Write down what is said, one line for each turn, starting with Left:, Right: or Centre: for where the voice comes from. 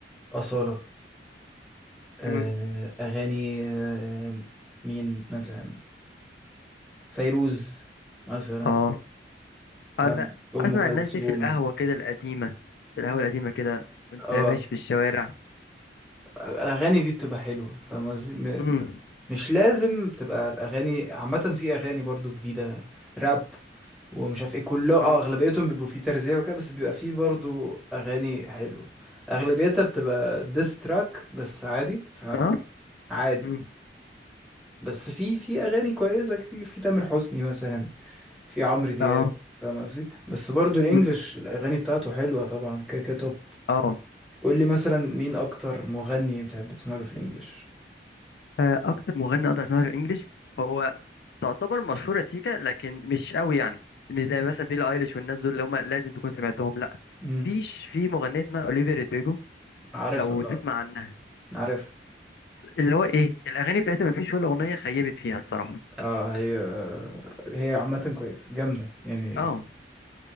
Centre: اصاله آه،
Left: امم
Centre: اغاني آه، مين مثلا فيروز مثلا
Left: اه
Centre: فاهم
Left: أف-
Centre: ام
Left: اسمع
Centre: كلثوم
Left: الناس دي في القهوة كده القديمة في القهوة القديمة كده وانت
Centre: اه
Left: ماشي في الشوارع
Centre: الاغاني دي بتبقى حلوه فاهم قصدي
Left: امم
Centre: مش لازم تبقى الاغاني عامه في اغاني برضو جديده راب ومش عارف ايه كله
Left: امم
Centre: اه اغلبيتهم بيبقوا فيه ترزيع وكده بس بيبقى فيه برضو اغاني حلوه اغلبيتها بتبقى ديس تراك بس عادي فاهم
Left: اه
Centre: عادي
Left: امم
Centre: بس في في اغاني كويسه كتير في تامر حسني مثلا في عمرو دياب
Left: اه
Centre: فاهم قصدي بس برضو الانجليش
Left: مم.
Centre: الاغاني بتاعته حلوه طبعا كده كده توب
Left: اه
Centre: قول لي مثلا مين اكتر مغني بتحب تسمع له في الانجليش
Left: آه، اكتر مغني اقدر اسمعه الانجليش هو تعتبر مشهورة سيكا لكن مش قوي يعني مش زي مثلا بيلي ايليش والناس دول اللي هم لازم تكون سمعتهم لا
Centre: مم.
Left: فيش في مغنية اسمها اوليفيا رودريجو
Centre: عارفها
Left: لو
Centre: طبعا
Left: تسمع عنها
Centre: عارف
Left: اللي هو ايه الاغاني بتاعتها ما فيش ولا اغنيه خيبت فيها الصراحه
Centre: اه هي هي عامة كويس جامدة يعني
Left: اه